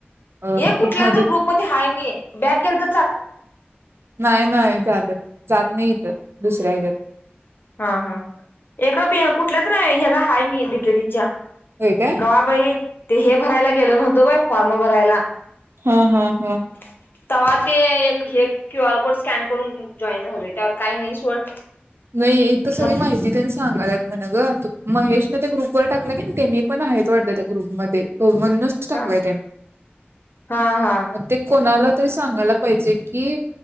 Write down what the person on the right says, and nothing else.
ग्रुपमध्ये
नाही नाही चालंत जात नाही इथ दुसऱ्या हेच्यात <inaudible>
होय काय
हा हा
हा
नाही इथ सगळी
माहिती तेन सांगालात म्हण ग महेश ना ते ग्रुपवर टाक कला त्यांनी पण आहेत वाटत त्या ग्रुपम हो म्हणूनच तो टाकलाय
त्यांनी
<inaudible> मग ते कोणाला तरी सांगायला पाहिजे कि